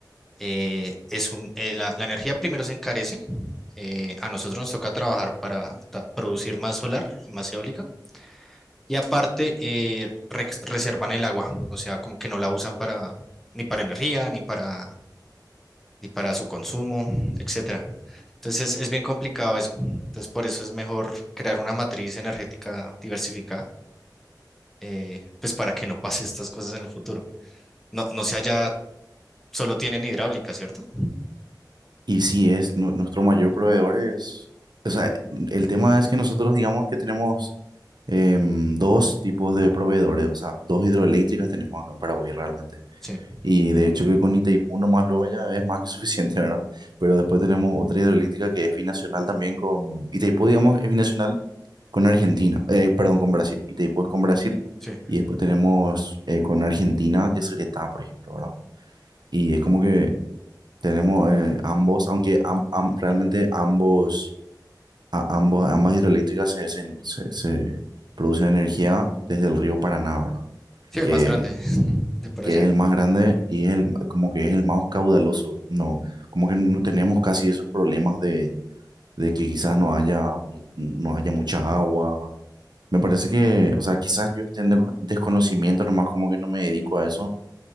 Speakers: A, in the centre; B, on the right.
A: eh, es un, eh, la, la, energía primero se encarece. eh, a nosotros nos toca trabajar para producir más solar y más eólica. Y aparte, eh, rex- reservan el agua, o sea, como que no la usan para, ni para energía, ni para, ni para su consumo, etcétera. Entonces es bien complicado eso. Entonces por eso es mejor crear una matriz energética diversificada, eh, pues para que no pase estas cosas en el futuro. No, no sea ya, solo tienen hidráulica, ¿cierto?
B: Y si es nu- nuestro mayor proveedor es, o sea, el tema es que nosotros digamos que tenemos em, dos tipos de proveedores, o sea, dos hidroeléctricas tenemos acá en Paraguay realmente.
A: Sí,
B: Y de hecho que con Itaipú nomás luego ya es más que suficiente, ¿verdad? Pero después tenemos otra hidroeléctrica que es binacional también con... Itaipú, digamos, es binacional con Argentina, eh, perdón, con Brasil. Itaipú es con Brasil
A: sí.
B: y después tenemos eh, con Argentina Yacyretá, por ejemplo, ¿verdad? Y es como que tenemos eh, ambos, aunque am- am- realmente ambos, a- ambos, ambas hidroeléctricas se, se, se- se producen energía desde el río Paraná, ¿verdad?
A: Sí,
B: Que
A: el más grande <laughs> de por
B: que
A: allá.
B: es el más grande y es el, como que es el más caudaloso. No, como que no tenemos casi esos problemas de, de que quizás no haya, mu- no haya mucha agua. Me parece que, o sea, quizás yo esté en desco- desconocimiento nomás, como que no me dedico a eso,